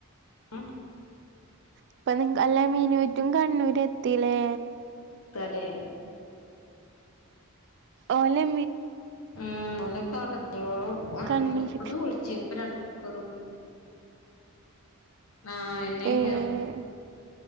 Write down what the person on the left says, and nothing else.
ആ
തലേ
ഉം ഓലക്കവിടെത്തി ഓളെ ഉം
കുട്ടി വിളിച്ചിഞ്ഞി <unintelligible> ആഹ എന്നെക്കം